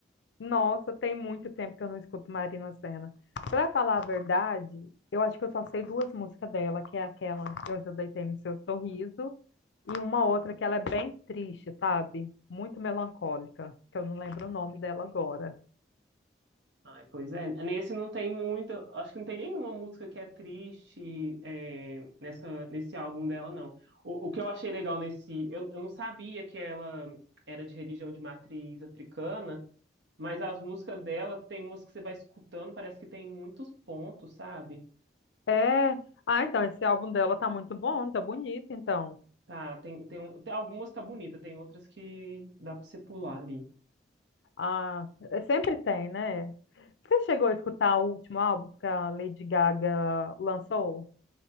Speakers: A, on the left; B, on the right.
A: Nossa, tem muito tempo que eu não escuto Marina Sena. Pra falar a verdade, eu acho que eu só sei duas músicas dela, que é aquela Eu Já Deitei no Seu Sorriso e uma outra que ela é bem triste, sabe? Muito melancólica, que eu não lembro o nome dela agora.
B: Ai, pois é, nesse não tem muita, acho que não tem nenhuma música que é triste é, nessa, nesse álbum dela, não. O, o que eu achei legal nesse, eu, eu não sabia que ela era de religião de matriz africana, mas as músicas dela tem umas que você vai escutando, parece que tem muitos pontos, sabe?
A: É. Ah, então, esse álbum dela tá muito bom, tá bonito, então.
B: Tá, tem, tem, um- tem algumas tá bonita, tem outras que dá pra você pular ali.
A: Ah, é- sempre tem, né? Você chegou a escutar o último álbum que a Lady Gaga lançou?